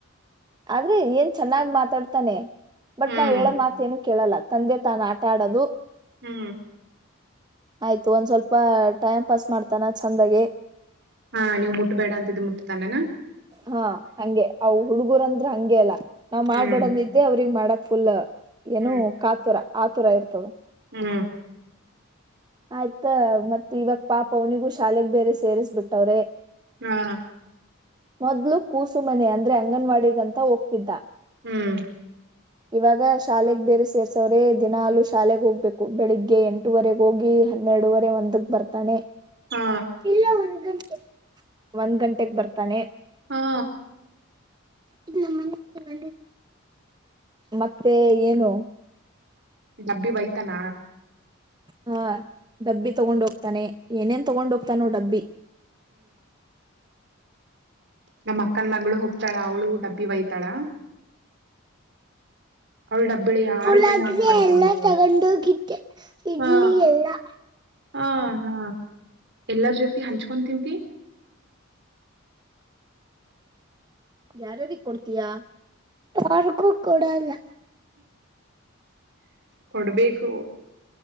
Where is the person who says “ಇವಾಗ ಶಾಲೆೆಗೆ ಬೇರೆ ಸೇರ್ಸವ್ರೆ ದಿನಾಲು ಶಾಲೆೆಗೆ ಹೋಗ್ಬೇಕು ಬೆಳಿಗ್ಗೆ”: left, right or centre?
Right